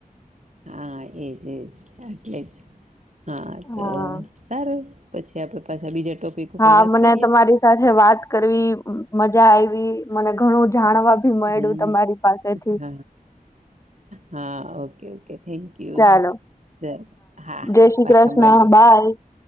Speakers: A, on the right; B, on the left.
A: હા એજ એજ એટલે જ હા
B: હા
A: તો સારું પછી આપડે પાછા બીજા ટોપિક ઉપર
B: હા
A: વાત
B: મને
A: કરીએ
B: તમારી સાથે વાત કરવી મજા આયવી મને ઘણું જાણવા ભી મળ્યું
A: હમમ
B: તમારી પાસેથી
A: હ હા ઓકે ઓકે થેક ક્યુ
B: ચાલો
A: ચાલ હા હા
B: જય શ્રી
A: પાછા
B: કૃષ્ણ
A: મળીએે
B: બાય